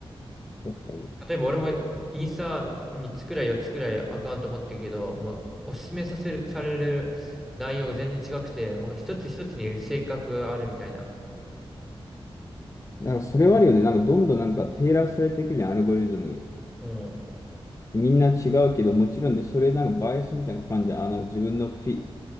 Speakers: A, on the left (about 30°); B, in the centre.
A: 確かに。
B: 例えば俺もインスタ3つくらい4つくらいアカウント持ってるけど、もうおすすめさせる、される内容が全然違くて、もう一つ一つに性格があるみたいな。
A: なんかそれはあるよね。なんかどんどんなんかテーラーされていくじゃん、アルゴリズムに。
B: うん。
A: みんな違うけど、もちろんで、それなんかバイアスみたいな感じゃん。あ、なんか自分のフィ、